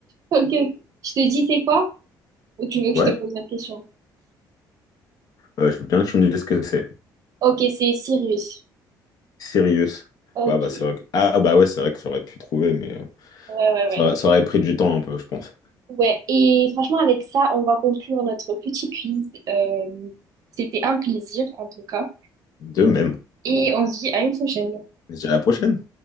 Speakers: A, on the right; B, on the left.
A: Ok, ok. Je te dis c'est quoi? Ou tu veux que
B: Ouais,
A: je te pose la question?
B: euh, je veux bien que tu me dises ce que c'est.
A: Ok, c'est Sirius.
B: Sirius.
A: Ok,
B: Ouais, bah c'est
A: ouais,
B: vrai que... Ah bah ouais, c'est vrai que j'aurais pu trouver, mais euh,
A: ouais, ouais.
B: ça, aurait ça aurait pris du temps un peu, je pense.
A: Ouais, et franchement, avec ça, on va conclure notre petit quiz. Euh, c'était un plaisir, en tout cas.
B: De même.
A: Et on se dit à une prochaine.
B: Mais c'est à la prochaine.